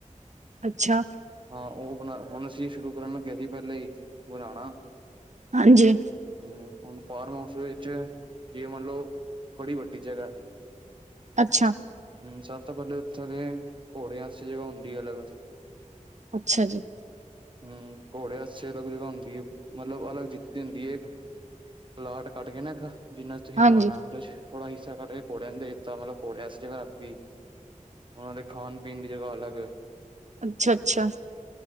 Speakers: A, on the right; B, on the right.
A: ਅੱਛਾ
B: ਹਾਂ ਉਹ ਬਣਾ ਹੁਣ ਅਸੀਂ ਸ਼ੁਰੂ ਕਰਨ ਲੱਗੇਿਆ ਸੀ ਪਹਿਲੇਾਂ ਹੀ ਬਣਾਉਣਾ
A: ਹਾਂਜੀ
B: ਹਮ ਹੁਣ ਫਾਰਮ ਹਾਊਸ ਵਿੱਚ ਜੇ ਮੰਨਲਓ ਬੜੀ ਵੱਡੀ ਜਗ੍ਹਾ ਏ
A: ਅੱਛਾ
B: ਸਭ ਤੋਂ ਪਹਿਲੇ ਉੱਥੇ ਦੇ ਘੋੜਿਆਂ ਸੇਵਾ ਹੁੰਦੀ ਹੈ ਅਲੱਗ
A: ਅੱਛਾ ਜੀ
B: ਹਮ ਘੋੜੇ ਵਾਸਤੇ ਅਲੱਗ ਜਗ੍ਹਾ ਹੁੰਦੀ ਹੈ ਮਤਲਬ ਅਲੱਗ ਦਿੱਤੀ ਹੁੰਦੀ ਹੈ ਇੱਕ ਪਲਾਟ ਕੱਟ ਕੇ ਨਾ ਇੱਕ ਜਿੰਨਾ ਤੁਸੀਂ
A: ਹਾਂਜੀ
B: ਬਣਾਉਣਾ ਉਹ ਤੇ ਚ ਥੋੜਾ ਹਿੱਸਾ ਕੱਢ ਕੇ ਘੋੜੇ ਦੇ ਤਾਂ ਮਤਲਬ ਘੋੜੇ ਐਸ ਜਗ੍ਹਾ ਰੱਖਦੀ ਉਹਨਾਂ ਦੇ ਖਾਣ ਪੀਣ ਦੀ ਜਗ੍ਹਾ ਅਲੱਗ ਏ
A: ਅੱਛਾ ਅੱਛਾ